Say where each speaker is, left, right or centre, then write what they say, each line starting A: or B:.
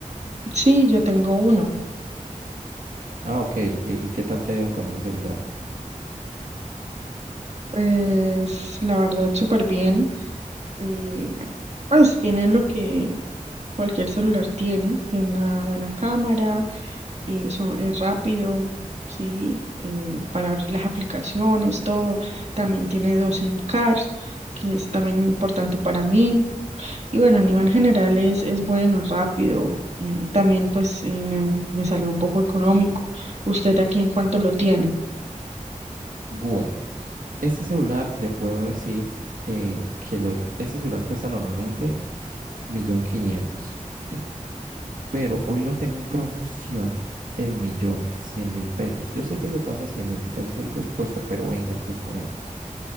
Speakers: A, on the right; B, on the right.
A: Sí, yo tengo uno.
B: Ah, ok. ¿Y qué, y qué tal te ha ido con ese celular?
A: Pues la verdad, súper bien. eh, pues tiene lo que cualquier celular tiene, tiene una buena cámara, eh, son- es rápido, sí, eh, para abrir las aplicaciones, todo. También tiene dos SIM cards, que es también importante para mí. Y bueno, a nivel general es, es bueno, es rápido y también pues eh, me, me salió un poco económico. ¿Usted aquí en cuánto lo tiene?
B: Bueno, este celular le puedo decir eh, que lo, este celular cuesta normalmente millón quinientos, ¿sí? Pero hoy lo tengo en promoción en millón cien mil pesos. Yo sé que se pasa cien mil pesos del presupuesto, pero venga, le comento.